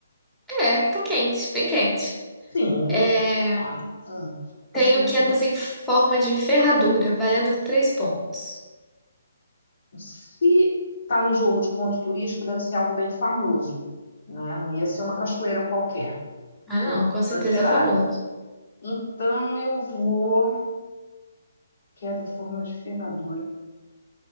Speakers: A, in the centre; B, on the left (about 60°).
A: É, tá quente, bem quente.
B: Sim.
A: É,
B: Olha, hum, cachoeira.
A: tenho quedas em forma de ferradura, valendo três pontos.
B: Se está no jogo de ponto turístico, deve ser algo bem famoso, né? Não ia ser uma cachoeira qualquer,
A: Ah, não,
B: em
A: com certeza
B: Minas Gerais.
A: é famoso.
B: Então eu vou. Queda em forma de ferradura.